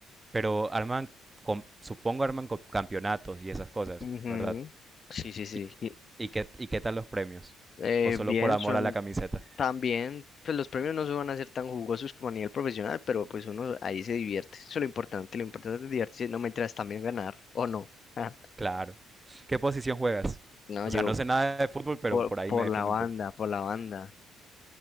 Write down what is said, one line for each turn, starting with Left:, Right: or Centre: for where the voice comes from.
Right: pero arman, com- supongo arman co- campeonatos y esas cosas,
Left: Ujú.
Right: ¿verdad?
Left: Sí, sí, sí.
Right: ¿Y, qué-
Left: Y,
Right: y qué, y qué tal los premios?
Left: eh,
Right: ¿O solo
Left: bien,
Right: por amor
Left: son
Right: a la camiseta?
Left: también, pues los premios no se van a ser tan jugosos como a nivel profesional, pero pues uno ahí se divierte. Eso es lo importante, lo importante es divertirse, no me mientras también ganar, o no. Ah,
Right: Claro. ¿Qué posición juegas?
Left: No,
Right: O
Left: yo
Right: sea, no sé nada de fútbol, pero
Left: por,
Right: por ahí
Left: por
Right: me defiendo
Left: la banda,
Right: un poco.
Left: por la banda.